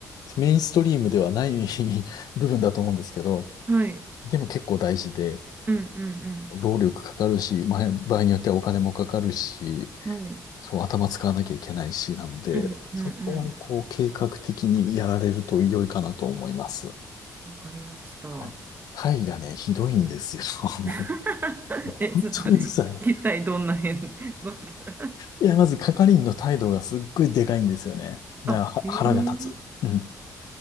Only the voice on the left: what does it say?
メインストリームではない <laughs> 部分だと思うんですけど、
でも結構大事で、
労力かかるし、まあ、場合によってはお金もかかるし、
そう、頭使わなきゃいけないし、なので、
そこは、こう、計画的にやられると良いかなと思います。
はい。タイがね、ひどいんですよ。<laughs>
もう、本当にうるさい。
いや、まず係員の態度がすっごいでかいんですよね。だからは腹が立つ。
うん。